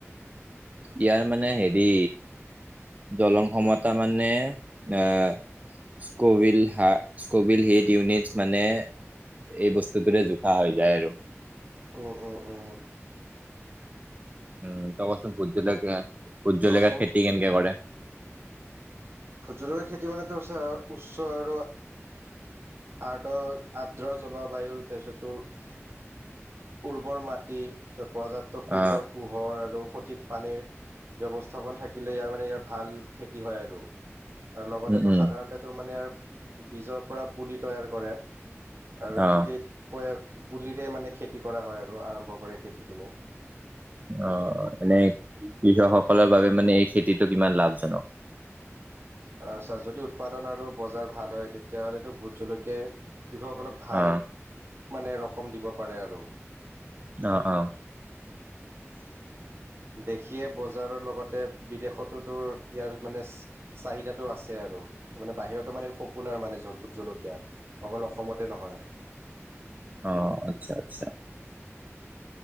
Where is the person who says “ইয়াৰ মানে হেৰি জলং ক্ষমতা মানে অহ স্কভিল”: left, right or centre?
Right